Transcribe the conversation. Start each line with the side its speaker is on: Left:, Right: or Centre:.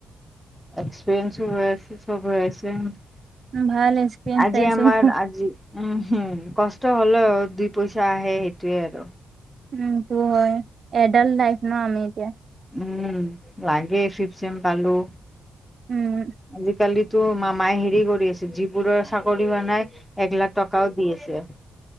Centre: এক্সপিৰিয়েন্সো হৈ আছে সব হৈ আছে
Right: ভাল এক্সপিৰিয়েঞ্চ
Centre: আজি
Right: পাইছো।
Centre: আমাৰ আজি উম হুম কষ্ট হলেও দুই পইচা আহে সেইটোয়ে আৰু।
Right: উম এইটো হয় এডাল্ট লাইফ ন আমি এতিয়া।
Centre: উম লাগে ফিব চেম পালো।
Right: উম,
Centre: আজিকালিতো মামাই হেৰি কৰি আছে, যিবোৰৰ চাকৰি হোৱা নাই এক লাখ টকাও দি আছে।